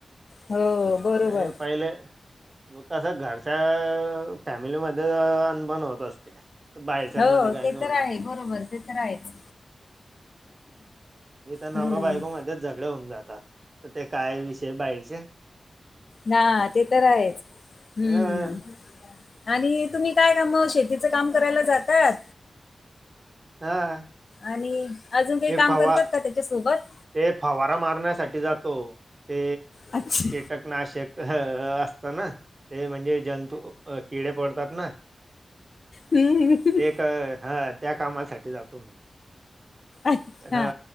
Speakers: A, on the left; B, on the right.
A: हो, बरोबर.
B: ए पहिले होत अस घरच्या फॅमिलीमध्ये अनभन होत असते. तर बाहेरच्यांमध्ये
A: हो
B: काही
A: ते
B: नाही
A: तर
B: होणार.
A: आहे बरोबर ते तर आहेच.
B: ईथ नवरा
A: हं,
B: बायको मध्येच झगडे होऊन जातात तर ते काय विषय बाईचे.
A: हा ते तर आहेच हम्म,
B: अ
A: आणि तुम्ही काय काम शेतीच काम करायला जातात?
B: हा.
A: आणि अजून काय
B: मी
A: काम
B: फवा
A: करतात का त्याच्यासोबत?
B: ते फवारा मारण्यासाठी जातो, ते
A: अच्छा.
B: कीटकनाशक असत ना ते म्हणजे जंतू किडे पडतात ना.
A: हं, हं.
B: ते का हा त्या कामासाठी जातो मी.
A: अच्छा.
B: हा